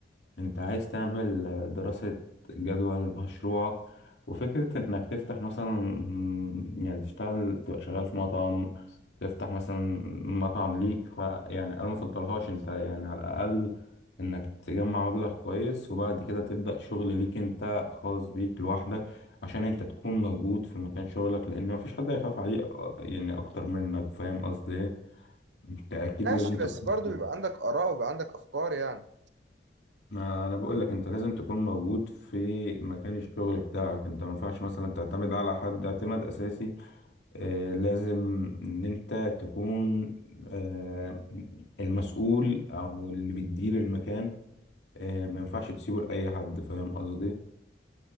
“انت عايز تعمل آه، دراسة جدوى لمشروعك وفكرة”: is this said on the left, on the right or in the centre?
Left